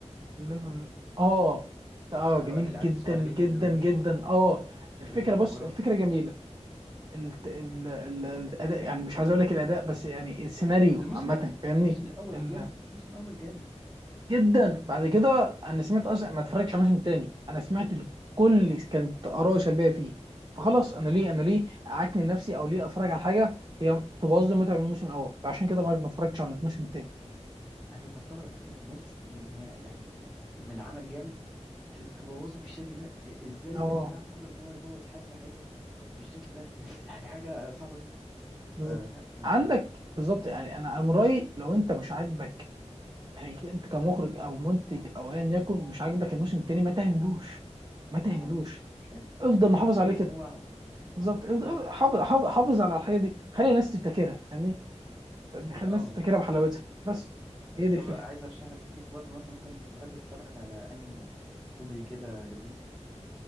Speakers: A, on the right; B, in the centre.
A: ليفرل اه اه جميل
B: اللي هو العيال
A: جدا
B: الصغيرين
A: جدا
B: اللي الوحوش
A: جدا اه الفكره
B: الوحوش
A: بص
B: بتاكلهم
A: الفكره جميله الت- ال- ال- الاداء يعني مش عايز اقول لك الاداء بس يعني السيناريو
B: الموسم
A: عامه فاهمني
B: الموسم الاول
A: ال-
B: جامد الموسم الاول جامد
A: جدا بعد كده انا سمعت اصلا ما اتفرجتش على موسم تاني انا سمعت ال- كل كانت اراء سلبيه فيه فخلاص انا ليه انا ليه اعكن نفسي او ليه اتفرج على حاجه هي تبوظ لي متعه من الموسم الاول فعشان كده ما ما اتفرجتش على الموسم التاني
B: انا بستغرب فكره الناس ان إن هي يعني من عمل جامد ت- تبوظه بالشكل ده إ- ازاي
A: اه
B: الانسان عنده قدره ان هو يبوظ حاجه حلوه بالشكل ده <laughs> يعني حاجه صعبه جدا
A: بالظبط
B: فلا كان
A: عندك
B: كان-
A: بالظبط يعني انا أنا من رايي لو انت مش عاجبك يعني انت كمخرج او منتج او ايا يكن مش عاجبك الموسم التاني ما تعملوش ما تعملوش
B: ما تعملش مش عارف
A: افضل
B: فلوس
A: محافظ عليه
B: مدفوعة
A: كده بالظبط
B: واحداث
A: افضل حافظ
B: وحاجات
A: حافظ حافظ على الحاجه دي خلي الناس تفتكرها فاهمني فاهمني؟ خلي الناس
B: اه
A: تفتكرها بحلاوتها بس هي دي
B: طب
A: الفكره
B: عايز ارشح لك ليك برضو مثلا ممكن تحب تتفرج على انمي كوميدي كده لذيذ